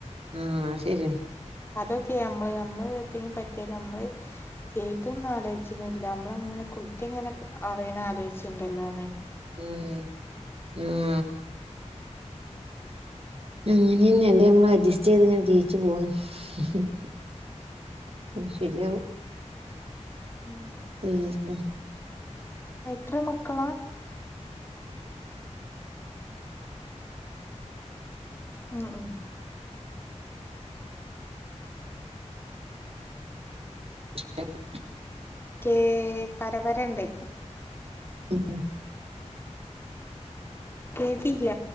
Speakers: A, on the right (about 55°); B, on the left (about 20°).
A: ആ ശെരിയ
B: അതൊക്കെയ നമ്മള് നമ്മള് എതങ്കിലും പറ്റിയല് നമ്മള് ചെയ്തൊന്നും ആലോചിന്നില്ല നമ്മള അങ്ങനെ കുറ്റം എങ്ങനെ അറിയണ ആലോചിട്ടുണ്ടല്ലോ
A: ഉം ഉം അങ്ങനെന്നെയണ്ട് നമ്മള് അഡ്ജസ്റ്റ് ചെയ്ത് ഇങ്ങനെ ജീവിച്ച് പോണ് ഹും ഉം ശെരിയാവും
B: ഉം
A: പിന്നെ
B: എത്ര മക്കളാ? ഉം ഉം
A: എ <unintelligible>
B: ക്കേ പരപരണ്ട്
A: ഓെ <unintelligible>
B: കേട്ടില്ല